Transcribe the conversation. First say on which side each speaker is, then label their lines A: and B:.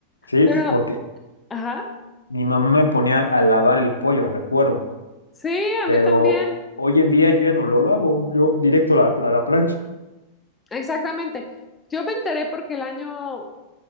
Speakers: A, on the left; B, on the left.
A: Sí,
B: Pero,
A: porque
B: ajá.
A: mi mamá me ponía a lavar el pollo, recuerdo,
B: Sí, a
A: pero
B: mí también.
A: hoy en día yo ya no lo lavo, yo directo a la, a la plancha.
B: Exactamente. Yo me enteré porque el año